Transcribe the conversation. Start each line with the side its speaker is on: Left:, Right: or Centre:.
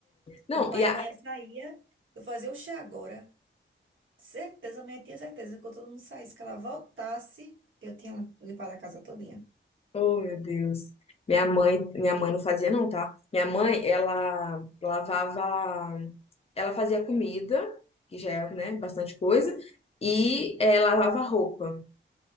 Left: Não,
Right: Quando pai
Left: e a.
Right: e mãe saía, eu fazia o chá agora. Certeza, minha tinha certeza que quando todo mundo saísse, que ela voltasse, eu tinha limpado a casa todinha.
Left: Oh, meu Deus. Minha mãe, minha mãe não fazia, não, tá? Minha mãe, ela lavava. Ela fazia comida, que já é, né, bastante coisa, e
Right: Uhum.
Left: eh, lavava roupa.